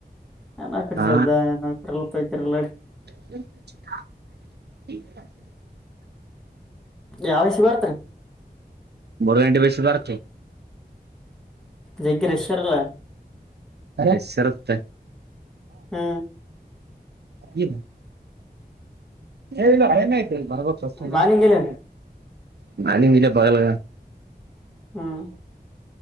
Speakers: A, in the centre; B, on the right.
A: ನನ ಕರ್ಷ್ದರೆಲ್ಲಕರೆ
B: ಹಾ
A: ಎಲ್ಲ
B: <inaudible>
A: ಯಾವಸ ಬರ್ತ್ರಿ
B: ಬರ್ಗಂಟಿ ಬಸ ಬ
A: ಜಗ್ಗರಶ್ವರ್ಲ್ಲ
B: ಅ ಸರುತ್ತೆ
A: ಹ್ಮ್
B: ಅನು ಹೇಳಿಲ್ಲ ಏನತಿ ಮರಬಕ್ ಪ್ರಶ್ನೆ ಅ
A: ಮಾಲಿಂಗಿಲ್ಲ
B: ಮ ಬಲ್ಲ
A: ಹ್ಮ್